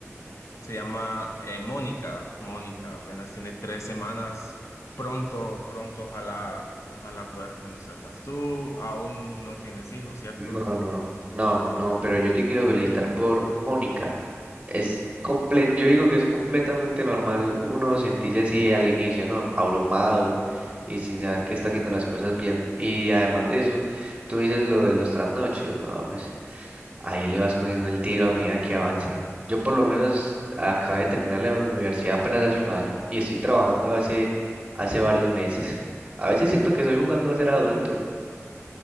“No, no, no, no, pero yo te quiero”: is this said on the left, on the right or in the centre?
Right